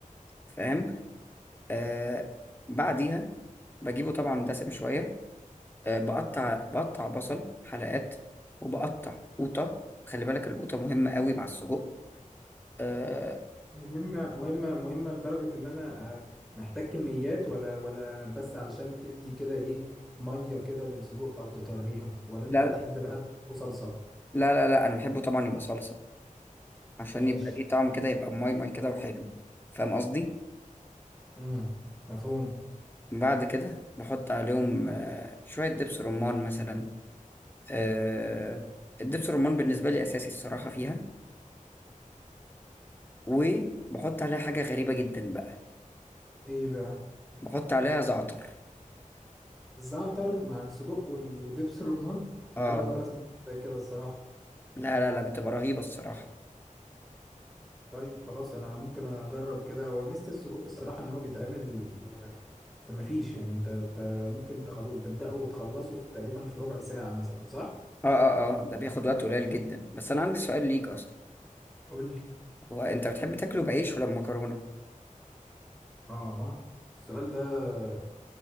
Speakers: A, on the left; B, in the centre.
A: فاهم آه بعديها بجيبه طبعا دسم شوية آه بقطع بقطع بصل حلقات وبقطع قوطة خلي بالك القوطة مهمة قوي مع السجق آه
B: مهمه مهمه مهمه لدرجه ان انا آه، محتاج كميات ولا ولا بس علشان تدي كده ايه ميه كده للسجق او تطريها ولا انت
A: لا
B: بتحب بقى وصلصه
A: لا لا لا أنا بحبه طبعا يبقى صلصة عشان
B: ماشي
A: يبقى ليه طعم كده يبقى ماي ماي كده وحلو فاهم قصدي
B: امم مفهوم
A: بعد كده بحط عليهم آه، شوية دبس رمان مثلا آه، الدبس رمان بالنسبة لي أساسي الصراحة فيها وبحط عليها حاجة غريبة جدا بقى
B: ايه بقى
A: بحط عليها زعتر
B: زعتر مع السجق وال- ودبس الرمان
A: اه
B: انا اول مره اسمع حاجة زي كده الصراحه
A: لا لا لا بتبقى رهيبة الصراحة
B: طيب خلاص انا ممكن اجرب كده هو ميزة السجق الصراحة ان هو بيتعمل في مفيش يعني انت انت ممكن تخل... تبدأه وتخلصه في تقريبا في ربع ساعة مثلا صح؟
A: اه اه اه ده بياخد وقت قليل جدا بس أنا عندي سؤال ليك أصلا
B: قول لي
A: هو أنت بتحب تاكله بعيش ولا بمكرونة؟
B: اه السؤال ده